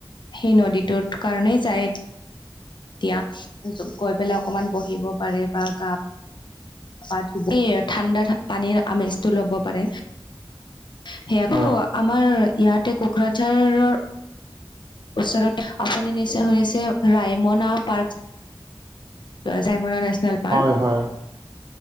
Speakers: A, on the left (about 55°); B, on the right (about 45°).
A: সেই নদীটোত কাৰণেই যায় এতিয়া এতিয়া গৈ পেলাই অকমান বহিব পাৰে বা গা <unintelligible> ঠাণ্ডা-ণ্ডা পানীৰ আমেজটো ল'ব পাৰে। সেয়াটো
B: হয়
A: আমাৰ ইয়াতে কোকৰাঝাৰৰ ওচৰতে আপুনি নিশ্চয় শুনিছে ৰায়মনা পাৰ্ক চাইমনা নেচনেল পাৰ্ক,
B: হয় হয়